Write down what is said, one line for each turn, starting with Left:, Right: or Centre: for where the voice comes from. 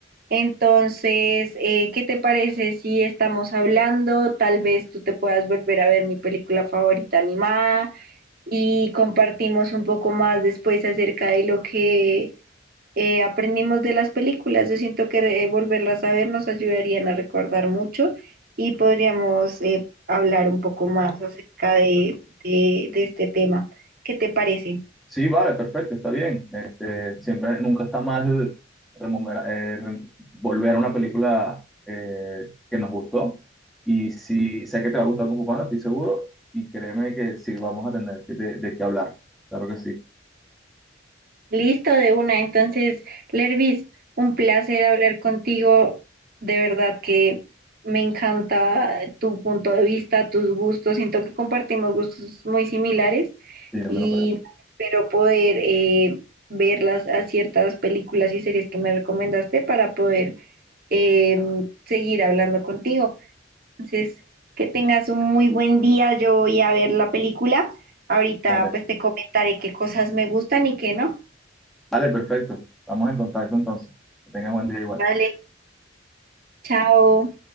Right: Entonces, eh, ¿qué te parece si estamos hablando? Tal vez tú te puedas volver a ver mi película favorita animada y compartimos un poco más después acerca de lo que eh, aprendimos de las películas. Yo siento que eh, volverlas a ver nos ayudarían a recordar mucho y podríamos eh, hablar un poco más acerca de, de, de este tema. ¿Qué te parece?
Centre: Sí, vale, perfecto, está bien. Este, siempre, nunca está mal rememora- eh, re- volver a una película eh, que nos gustó. Y si sé que te va a gustar Kung Fu Panda, estoy seguro. Y créeme que sí vamos a tener que- de, de qué hablar. Claro que sí,
Right: Listo de una. Entonces, Lervis, un placer hablar contigo. De verdad que me encanta tu punto de vista, tus gustos. Siento que compartimos gustos muy similares
Centre: sí, yo
Right: y
Centre: me lo creo.
Right: espero poder eh, ver las, a ciertas películas y series que me recomendaste para poder eh, seguir hablando contigo. Entonces, que tengas un muy buen día. Yo voy a ver la película. Ahorita
Centre: Vale,
Right: pues te comentaré qué cosas me gustan y qué no.
Centre: vale, perfecto. Estamos en contacto entonces. Que tengas buen día igual.
Right: Vale. Chao.